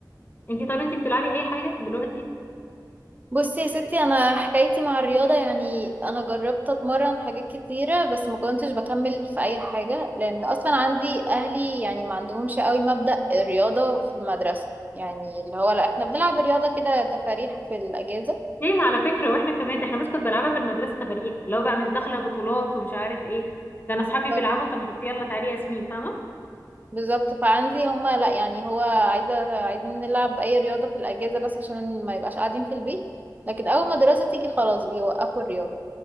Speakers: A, on the left; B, on the right.
A: انتي طب انتي بتلعبي اي حاجه دلوقتي
B: بصي يا ستي انا حكايتي مع الرياضه يعني انا جربت اتمرن حاجات كتيره بس ما كنتش بكمل في اي حاجه لان اصلا عندي اهلي يعني ما عندهمش قوي مبدأ الرياضه في المدرسه يعني اللي هو لا احنا بنلعب رياضه كده تفاريح في الاجازه
A: ليه ما على فكره واحنا كمان ده احنا بس كنت بلعبها في المدرسه تفاريح لو بقى مش داخله بطولات ومش عارف ايه ده انا اصحابي
B: بالظبط
A: بيلعبوا طب ما يلا تعالي يا ياسمين فاهمه
B: بالظبط. فعندي هما لا يعني هو عايزه عايزين نلعب اي رياضه في الاجازه بس عشان ما يبقاش قاعدين في البيت لكن اول ما الدراسه تيجي خلاص بيوقفوا الرياضه